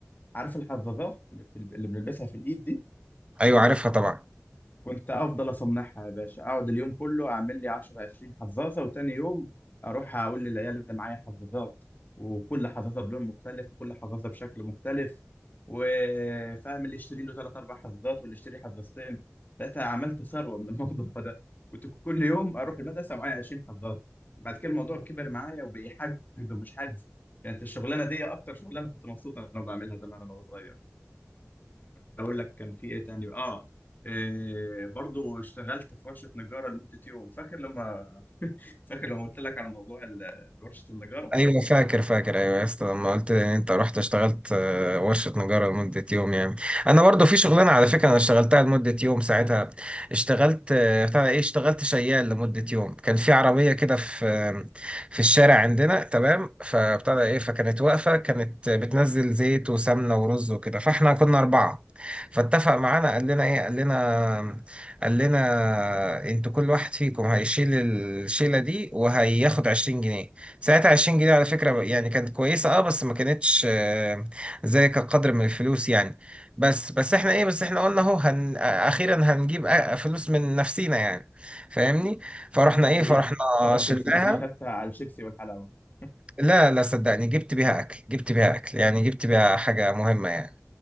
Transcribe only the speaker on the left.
عارف الحظاظات اللي بتل... اللي بنلبسها في الايد دي
كنت افضل اصنعها يا باشا اقعد اليوم كله اعمل لي 10 20 حظاظه وتاني يوم اروح اقول للعيال اللي معايا حظاظات وكل حظاظه بلون مختلف وكل حظاظه بشكل مختلف وفاهم اللي يشتري له ثلاث اربع حظاظات واللي يشتري حظاظتين ثلاثه عملت ثروه من الموضوع <laughs> ده كنت كل يوم اروح المدرسه معايا 20 حظاظه بعد كده الموضوع كبر معايا وبقي حاجز ومش حاجز كانت الشغلانه دي اكتر شغلانه كنت مبسوط انا بعملها زمان انا وصغير واقول لك كان في ايه تاني اه إيه برضو اشتغلت في ورشه نجاره لمده يوم فاكر لما فاكر لما قلت لك على موضوع ال- ورشه النجاره
هتلاقيك
صرفت
الفلوس دي خدتها على الشيبسي والحلاوه <laughs>